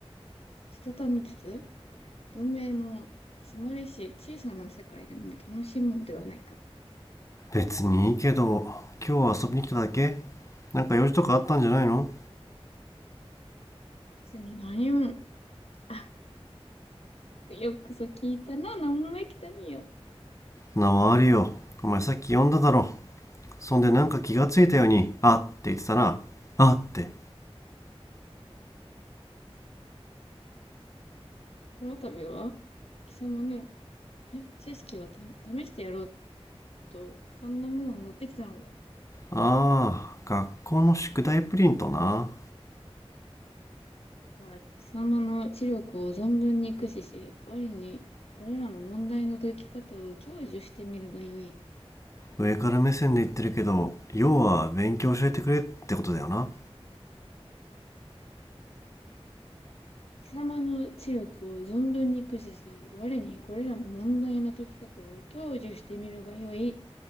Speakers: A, on the left (about 70°); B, on the left (about 30°).
A: したたみつつ、文明の詰まりし小さな世界でも楽しもうではないか。
B: 別にいいけど、今日は遊びに来ただけなんか用事とかあったんじゃないの
A: 別に何も、あ、よくそ聞いたな、何もないきたみよ。
B: なわあるよ。お前さっき呼んだだろ。そんでなんか気がついたように「あ」って言ってたな「あ」って
A: この度は、貴様のえ知識をた試してやろうと、こんなものを持ってきたのだ。
B: ああ学校の宿題プリントな
A: さあ、貴様の知力を存分に駆使し、我にこれらの問題の解き方を享受してみるがよい。
B: 上から目線で言ってるけど要は勉強教えてくれってことだよな
A: 貴様の知力を存分に駆使し、我にこれらの問題の解き方を享受してみるがよい。